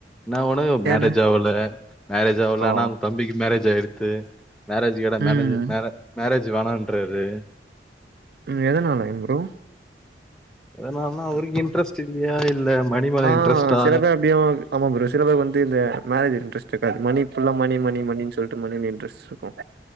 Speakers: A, in the centre; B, on the right.
A: என்ன ஒண்ணு மேரேஜ்
B: ஏன்னா
A: ஆவல மேரேஜ் ஆகல
B: ஓ
A: ஆனா அவுங்க தம்பிக்கு மேரேஜ் ஆயிருத்து மேரேஜ் கேட்டா மேனேஜ்
B: ம்
A: மே மேரேஜ் வேணான்றாரு
B: ம் எதனாலைங்க ப்ரோ
A: எதனாலன்னா அவருக்கு இன்ட்ரெஸ்ட் இல்லையா இல்ல மணி மேல
B: ஆ
A: இன்ட்ரெஸ்டா
B: அப்படியே ஆமா ப்ரோ சில பேர் வந்து இந்த மேரேஜ் இன்ட்ரெஸ்ட் இருக்காது மணி ஃபுல்லா மணி மணி மணின் சொல்லிட்டு மணில இன்ட்ரெஸ்ட் இருக்கும்